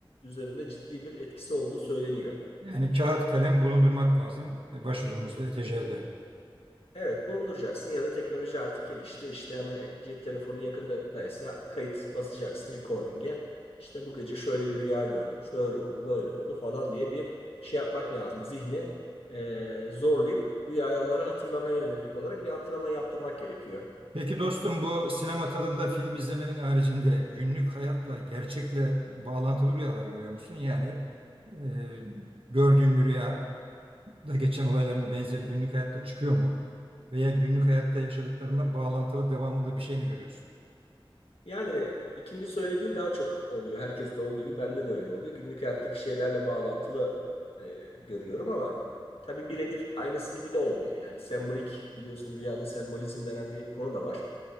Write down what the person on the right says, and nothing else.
Yani kağıt kalem bulundurmak lazım e, başucumuzda, etejerde.
Peki dostum bu sinema tadında film izlemenin haricinde günlük hayatla, gerçekle bağlantılı rüyalar görüyor musun? Yani e, gördüğün bir rüyada geçen olayların benzeri günlük hayatta çıkıyor mu? Veya günlük hayatta yaşadıklarında bağlantılı devamında bir şey mi görüyorsun?